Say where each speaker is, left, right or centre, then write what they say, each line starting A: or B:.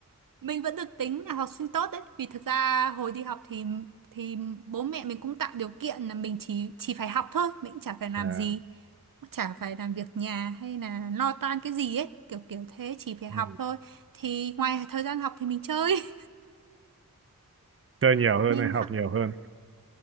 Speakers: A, on the right; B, on the right.
A: mình vẫn được tính là học sinh tốt đấy vì thực ra hồi đi học thì thì bố mẹ mình cũng tạo điều kiện là mình chỉ chỉ phải học thôi mình cũng chả phải làm
B: à,
A: gì cũng chả phải làm việc nhà hay là lo toan cái gì ấy kiểu kiểu thế chỉ phải
B: ừ.
A: học thôi thì ngoài thời gian học thì mình chơi
B: chơi
A: <laughs>
B: nhiều hơn
A: mình
B: hay học nhiều hơn